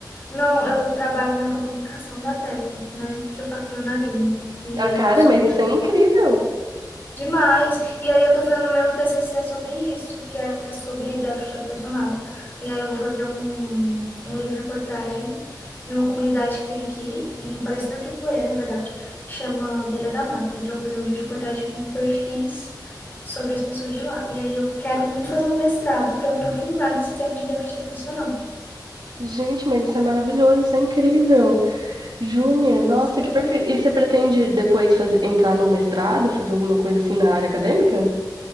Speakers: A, on the left; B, on the right.
A: Não, eu trabalho na comunicação da Teto, né? Porque eu faço jornalismo. E
B: Ah,
A: aí
B: cara,
A: faço
B: mas
A: a cobertura.
B: isso é incrível!
A: Demais. E aí eu tô fazendo o meu TCC sobre isso, que é sobre déficit habitacional. E aí eu vou fazer um, um livro-reportagem numa comunidade que tem aqui, em Aparecida de Goiânia, na verdade, que chama Beira da Mata. Então eu vou fazer um livro-reportagem com perfis sobre as pessoas de lá. E aí eu quero muito fazer um mestrado para aprofundar nesse tema de déficit habitacional.
B: Gente, mas isso é maravilhoso, isso é incrível! Júnior, nossa,
A: Sim,
B: que perfeito. E você pretende depois fazer, entrar num mestrado, fazer alguma coisa assim na área acadêmica?